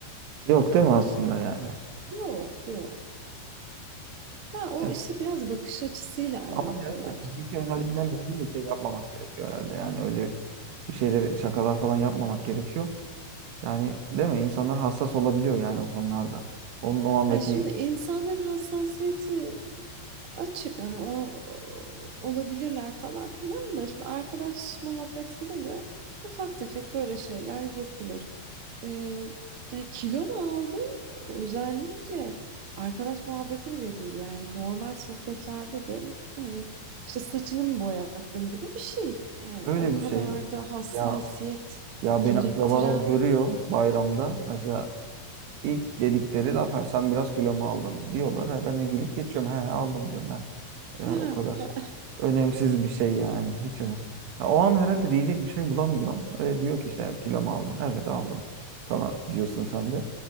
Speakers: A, on the right; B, on the right.
A: Yok değil mi aslında yani?
B: Yok yok. Ha, o
A: E,
B: işte biraz bakış açısıyla alakalı.
A: Ama herhalde fiziki özelliklerle ilgili de şey yapmamak gerekiyor herhalde. Yani öyle bir şeyleri şakalar falan yapmamak gerekiyor. Yani değil mi? İnsanlar hassas olabiliyor yani o konularda. Onun o andaki
B: Yani şimdi insanların hassasiyeti açık hani o, olabilirler falan filan da şimdi arkadaş muhabbetinde de ufak tefek böyle şeyler yapılır. Ee, yani kilo mu aldın? Özellikle arkadaş muhabbeti bile değil yani normal sohbetlerde de e, işte saçını mı boyattın gibi bir şey. Yani
A: öyle
B: o kadar
A: bir şey.
B: da hassasiyet
A: Ya ya
B: gerektiren.
A: beni akrabalar görüyor
B: <laughs>
A: bayramda. Mesela ilk dedikleri laf "Ha, sen biraz kilo mu aldın diyorlar. Ha, ben de gülüp geçiyorum. He aldım diyorum ben. Ya,
B: Ha,
A: o kadar
B: ya.
A: önemsiz bir şey yani. Hiç önemli. Ya, o an herhalde diyecek bir şey bulamıyor. E, diyor ki işte kilo mu aldın? Evet aldım falan diyorsun sen de.